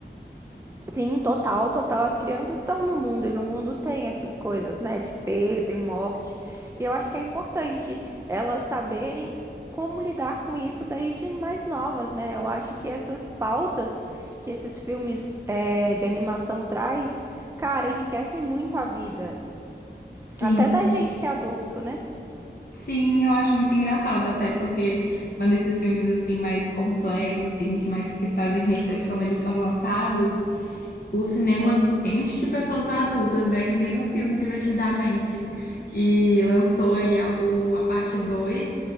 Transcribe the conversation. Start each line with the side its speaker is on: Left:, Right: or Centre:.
Right: Sim, total, total. As crianças estão no mundo e no mundo tem essas coisas, né? De perda e morte. E eu acho que é importante elas saberem como lidar com isso desde mais novas, né? Eu acho que essas pautas que esses filmes eh, de animação traz, cara, enriquecem muito a vida.
Left: Sim.
Right: Até da gente que é adulto, né?
Left: Sim, eu acho muito engraçado até, porque quando esses filmes assim mais complexos, assim, que mais que trazem reflexão, eles são lançados, os cinemas enchem de pessoas adultas, né? Que nem no filme Divertidamente, que lançou aí a, o, a parte dois